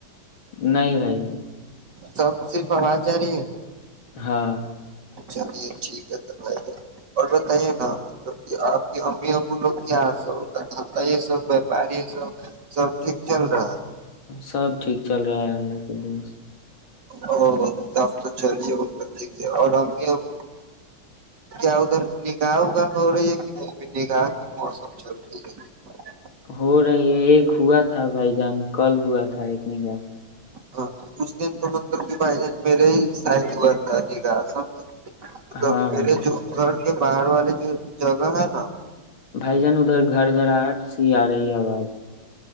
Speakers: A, on the left (about 75°); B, on the right (about 55°).
A: نہی بھائی
B: سب صرف آواز ج رہی ہے
A: ہاں
B: چلیے ٹھ ہے تو آ ج اور بتائیے نا مطلب آپ کی امی ابو لوگ کیا سب کا دھندا سب ویاپاری سب سب ٹھ چل رہا ہے
A: سب ٹھیک چل رہا ہے اللہ کے دن
B: او تب تو چلیے ہو <unintelligible> اور ابھی اب کیا ادھر نگاہ اگاہ ہو رہی ہے کہ نہیں ابھی نگاہ کی موسم چل رہی ہے <unintelligible>
A: ہو رہی ہے ایک ہوا تھا بھائی جان کل ہوا تھا ایک نگاہ
B: ہاں اس دن تو مطلب کہ بھائی جان میرے ہی ساہتیہ بتا ٹھیکاس <unintelligible> ملب
A: ہاں
B: میرے
A: بھائی جان
B: جو گھر <unintelligible> یہ باہر والی جو جگہ ہے نا <unintelligible>
A: بھائی جان ادھر گھر گھر آٹ سی آ رہی آواز